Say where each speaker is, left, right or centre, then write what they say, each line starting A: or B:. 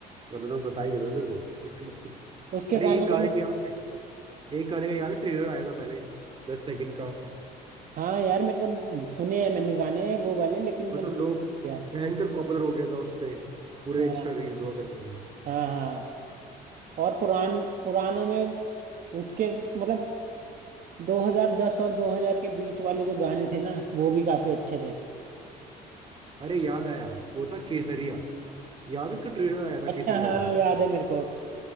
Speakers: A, on the right; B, on the right.
A: वरना तो मैं बता ही देता तेरे को <laughs>
B: उसके
A: अरे
B: गाने
A: एक
B: मैंने
A: गाने का याद है एक गाने का याद है ट्रेलर आया था पहले दस सेकंड का
B: हाँ यार मेरे को सुने हैं मैंने गाने वो वाले लेकिन
A: मतलब
B: मैं नाम
A: लोग
B: किया
A: भयंकर पॉपुलर हो गया था उस पे पूरे
B: हाँ
A: इंस्टा रील पे वगैरह में
B: हाँ हाँ और पुरान पुरानों में उसके मतलब 2010 और 2000 के बीच वाले जो गाने थे ना वो भी काफी अच्छे थे
A: अरे याद आया वो था केसरिया याद है इसका ट्रेलर आया था
B: अच्छा
A: केसरिया
B: हाँ
A: का
B: याद है मेरे को